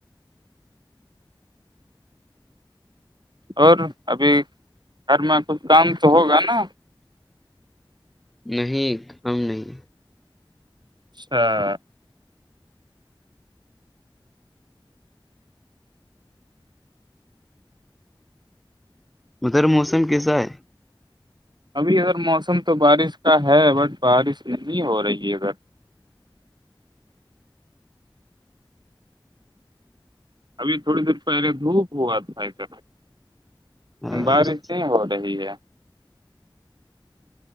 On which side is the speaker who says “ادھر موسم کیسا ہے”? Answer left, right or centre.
Centre